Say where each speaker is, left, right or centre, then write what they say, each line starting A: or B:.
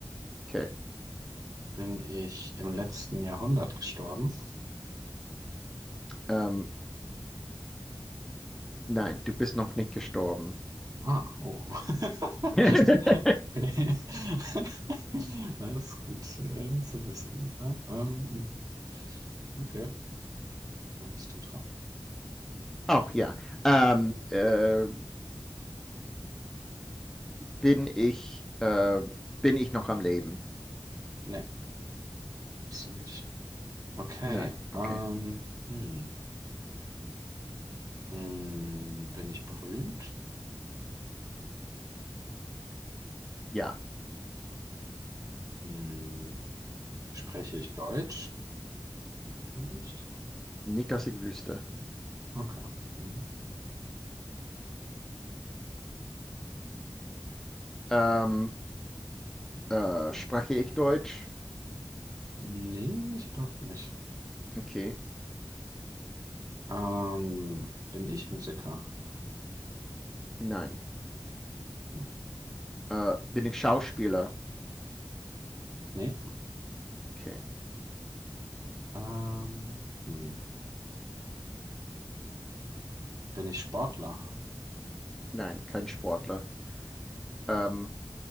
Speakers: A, in the centre; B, on the right.
A: Okay.
B: Bin ich im letzten Jahrhundert gestorben?
A: Ähm, nein, du bist noch nicht gestorben.
B: Ah, oh. <laughs>
A: <laughs>
B: Okay. <laughs> Alles gut äh, zu wissen. Ja, ähm, Okay, dann bist du dran.
A: Auch ja. Ähm, äh, bin ich, äh, bin ich noch am Leben?
B: Nee, bist du nicht. Okay,
A: Nein, okay.
B: ähm, hm. Hm, bin ich berühmt?
A: Ja,
B: Hm, spreche ich Deutsch? Nicht?
A: nicht, dass ich wüsste.
B: Okay. Hm.
A: Ähm, äh, spreche ich Deutsch?
B: Nee, ich glaube nicht.
A: Okay,
B: Ähm, bin ich Musiker?
A: nein.
B: Hm.
A: Äh, bin ich Schauspieler?
B: Nee.
A: Okay,
B: Ähm, hm. Bin ich Sportler?
A: nein, kein Sportler. Ähm,